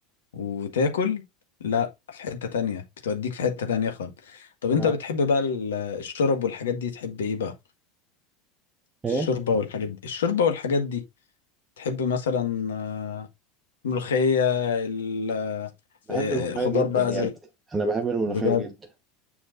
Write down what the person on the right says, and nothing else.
يا-
ايه
بحب
الملوخية
جدا
يا
ابني انا بحب الملوخية
جدا